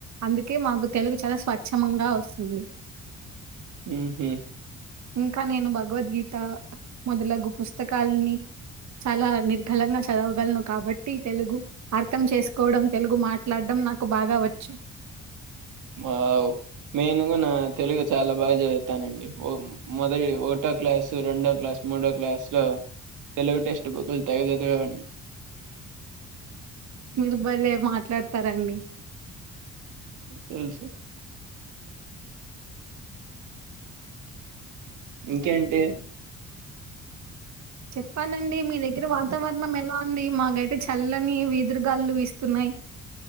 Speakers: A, on the right; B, on the right.
A: అందుకే మాకు తెలుగు చాలా స్వచ్చమంగా వస్తుంది
B: హుమ్ హూ
A: ఇంకా నేను భగవద్గీత మొదలగు పుస్తకాలని చాలా నిర్ఘలంగా చదవగలను కాబట్టి తెలుగు అర్థం చేసుకోవడం తెలుగు మాట్లాడడం నాకు బాగా వచ్చు
B: వావ్ నేను గునా తెలుగు చాలా బాగా చదువుతానండి ఓ మొదటి ఒకటో క్లాసు రెండో క్లాస్ మూడో క్లాస్ ల తెలుగు టెక్స్ట్ బుక్లు తెగ చదివేవాన్ని
A: మీరు బలే మాట్లాడతారండి
B: తెలుసు ఇంకేంటి
A: చెప్పాలండి మీ దగ్గర వాతావరణం ఎలా ఉంది మాకైతే చల్లని వీదురుగాలులు వీస్తున్నాయ్